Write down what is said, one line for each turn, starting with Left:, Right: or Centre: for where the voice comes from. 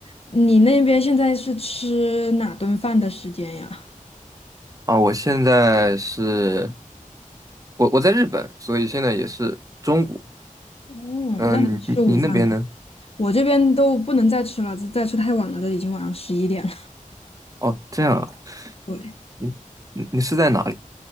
Left: 你那边现在是吃哪顿饭的时间呀？
Right: 啊，我现在是，我我在日本，所以现在也是中午。
Left: 哦，
Right: 嗯、
Left: 那你吃午饭了？
Right: 你你你那边呢？
Left: 我这边都不能再吃了，再吃太晚了，都已经晚上十一点了。
Right: 哦，这样啊，
Left: <laughs> 对，
Right: 你你你是在哪里？